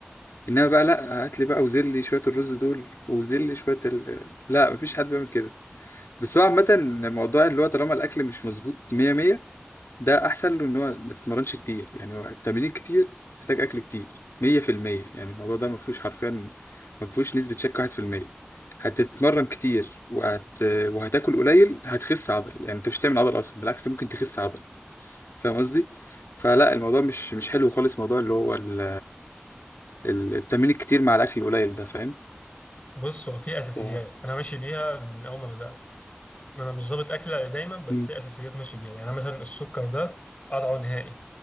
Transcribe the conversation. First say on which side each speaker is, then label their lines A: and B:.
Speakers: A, on the left; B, on the left.
A: انما بقى لا هات لي بقى وزل لي شويه الرز دول وزل لي شويه ال... لا مفيش حد بيعمل كده بس هو عامة الموضوع اللي هو طالما الأكل مش مظبوط مية مية ده أحسن له إن هو ما تتمرنش كتير يعني هو التمرين كتير محتاج أكل كتير مية في المية يعني الموضوع ده مفهوش حرفيا مفهوش نسبة شك واحد في المية هتتمرن كتير وهت... وهتاكل قليل هتخس عضل يعني أنت مش هتعمل عضل أصلا بالعكس ممكن تخس عضل فاهم قصدي؟ فلا الموضوع مش مش حلو خالص موضوع اللي هو ال... ال- التمرين الكتير مع الأكل القليل ده فاهم؟
B: بص هو في أساسيات
A: ف...
B: أنا ماشي بيها من أول ما بدأت أنا مش ظابط أكلة دايما بس
A: مم.
B: في أساسيات ماشي بيها يعني مثلا السكر ده قطعه نهائي